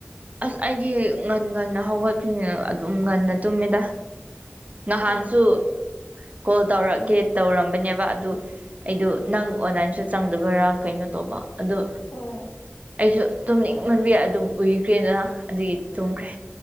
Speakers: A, on the right (about 35°); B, on the left (about 85°).
A: ꯑꯁ ꯑꯩꯗꯤ ꯉꯟ ꯉꯟꯅ ꯍꯧꯒꯠꯄꯅꯤꯅ ꯑꯗꯨꯝ ꯉꯟꯅ ꯇꯨꯝꯃꯤꯗ ꯉꯍꯥꯟꯁꯨ
B: ꯑꯣ ꯑꯗꯨ
A: ꯀꯣꯜ ꯇꯧꯔꯛꯀꯦ
B: ꯎꯝ
A: ꯇꯧꯔꯝꯕꯅꯦꯕ ꯑꯗꯨ ꯑꯩꯗꯨ ꯅꯪ ꯑꯣꯟꯂꯥꯏꯟꯁꯨ ꯆꯪꯗꯕꯔꯥ ꯀꯩꯅꯣ ꯇꯧꯕ ꯑꯗꯣ
B: ꯍꯣꯏ
A: ꯑꯩꯁꯨ ꯇꯨꯝꯅꯤꯡ ꯃꯟꯕꯤ ꯑꯗꯨꯝ ꯎꯏꯈ꯭ꯔꯦꯅ ꯑꯗꯨꯒꯤ ꯇꯨꯝꯈ꯭ꯔꯦ